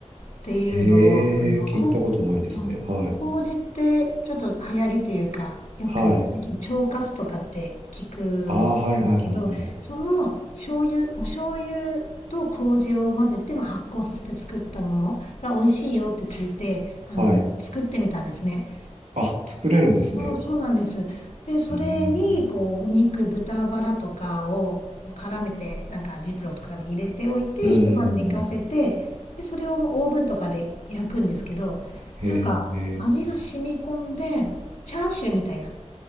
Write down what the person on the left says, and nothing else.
っていうのを、
あの、
こん、
うん麹ってちょっと流行りというか、
よく最近腸活とかって聞くんですけど、
その醤油、お醤油と麹を混ぜて、まあ、発酵させて作ったものが美味しいよって聞いて、あの、
作ってみたんですね。
そうそうなんですでそれにこうお肉豚バラとかをこう絡めてなんかジップロックとかに入れておいて一晩寝かせてでそれをオーブンとかで焼くんですけどなんか味が染み込んでチャーシューみたいなちょ